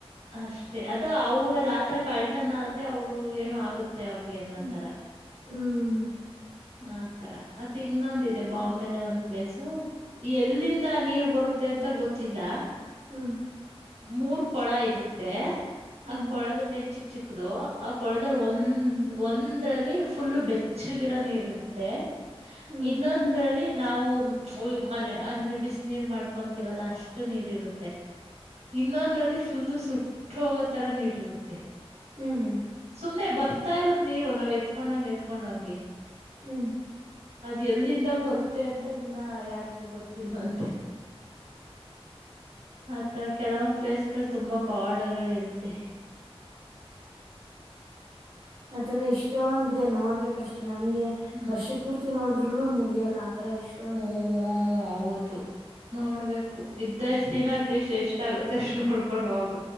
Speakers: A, on the right (about 85°); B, on the right (about 50°).
A: ಅಷ್ಟೇ ಅದು ಅವ್ರಲ್ಲಿ ಆತರ ಕಲ್. ತನ ಆದ್ರೆ ಅವ್ರು ಏನೋ ಆಗುತ್ತೆ ಅವ್ರಿಗೆಏನ್ನೋ
B: ಹ್ಮ್
A: ತರ
B: ಹ್ಮ್
A: ಆ ತರ ಮತ್ತ ಇನ್ನೊಂದ ಇದೆ ಬಾಂಬೆಲೆ ಒಂದ್ ಪ್ಲೇಸು ಎಲ್ಲಿಂದ ನೀರ್. ಬರುತ್ತೆ ಅಂತ ಗೊತ್ತಿಲ್ಲ
B: ಹ್ಮ್
A: ಮೂರ್ ಕೊಳ ಇರುತ್ತೆ
B: ಹ್ಮ್
A: ಆ ಕೊಳದಲ್ಲಿ ಚಿ. ಚಿಕ್ಕದು ಆ ಕೊಳಲ್ ಒಂದ್ ಒಂದ್ರಲ್ಲಿ ಫುಲ್ ಬೆಚ್ಚಗಿರೋ ನೀರ್ ಇರುತ್ತೆ.
B: ಹ್ಮ್
A: ಇನ್ನೊಂದ್ರಲ್ಲಿ ನಾವು ಮನೆ ಅಂದ್ರೆ ಬಿಸ ನೀರ್ ಮಾಡ್ಕೊಂತೀವಲ್ಲ ಅಷ್ಟು ನೀರು ಇರುತ್ತೆ. ಇನ್ನೊಂದ್ರಲ್ಲಿ ಫುಲ್ಲು ಸುಟ್ಟು ಹೋಗೋ ತರ ನೀರ್ ಇರುತ್ತೆ.
B: ಹ್ಮ್ ಹ್ಮ್
A: ಸುಮ್ನೆ ಬರ್ತಾ ಇರತ್ ನೀರು ನಾವ್ ಎತ್ಕೊಂಡಂಗ ಎತ್ಕೊಂಡಂಗೆ.
B: ಹ್ಮ್
A: ಅದ್ ಎಲ್ಲಿಂದ ಬರುತ್ತೆ ಅಂತ ಇನ್ನ ಯಾರಿಗೂ ಗೊತ್ತಿಲ್ವಂತೆ <unintelligible> ಆತರ ಕೆಲವೊಂದು ಪ್ಲೇಸ್ಗಳು ತುಂಬಾ ಪವಾಡಗಳ ಇರುತ್ತೆ
B: ಆತರ ಎಷ್ಟೊಂದಿದೆ ನೋಡ್ಬೇಕಷ್ಟು ನಮಗೆ
A: ಹ್ಮ್
B: ವರ್ಷ ಪೂರ್ತಿ. ನೋಡಿದ್ರುನು ಮುಗಿಯಲ್ಲ ಆತರ ಎಷ್ಟೊಂದ್
A: ಹ್ಮ್
B: ಪ್ಲೇಸ್ಗಳು
A: ಹೌದು ನೋಡ್ಬೇಕು ಇದ್ದಾಷ್ಟು ದಿನ ಅಟ್ಲೀಸ್ಟ್ ಎಷ್ಟ ಆಗುತ್ತೆ ಅ ನೋಡ್ಕೊಂಡ್ ಹೋಗ್ಬೇಕು.